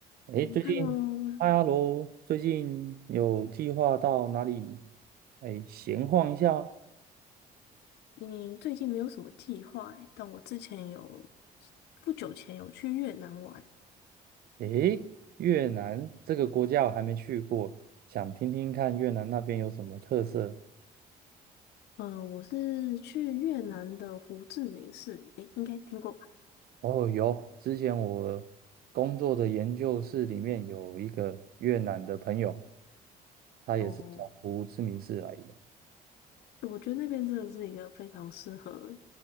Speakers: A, on the right; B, on the left.
A: 哎，
B: 嗯
A: 最近，
B: h e
A: 嗨哈喽，最近有计划到哪里？哎，闲晃一下。
B: 你最近没有什么计划欸但我之前有不久前有去越南玩，
A: 哎，越南这个国家我还没去过，想听听看越南那边有什么特色。
B: 嗯、我是去越南的胡志明市，诶，应该听过吧？
A: 哦，有，之前我工作的研究室里面有一个越南的朋友，他也是从胡志明市来的。
B: 哦，我觉得那边真的是一个非常适合